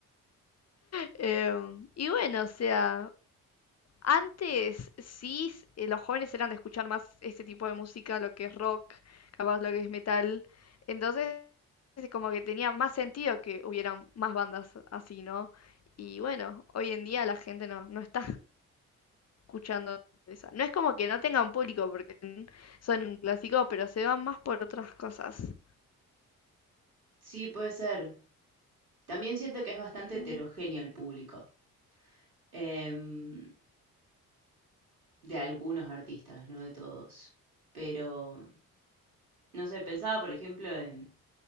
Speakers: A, on the left; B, on the right.
A: Em, y bueno, o sea... Antes sí, eh, los jóvenes eran de escuchar más este tipo de música, lo que es rock, capaz lo que es metal. Entonces, es como que tenía más sentido que hubieran más bandas así, ¿no? Y bueno, hoy en día la gente no, no está escuchando esa. No es como que no tengan público porque son un clásico, pero se van más por otras cosas.
B: Sí, puede ser. También siento que es bastante heterogéneo
A: Mm,
B: el público, em, de algunos artistas, no de todos. Pero, no sé, pensaba, por ejemplo, en...